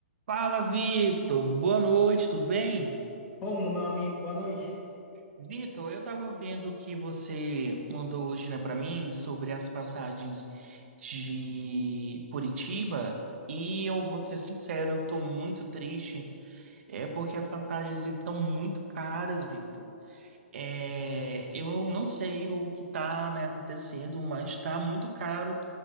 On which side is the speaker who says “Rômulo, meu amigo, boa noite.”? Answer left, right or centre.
Left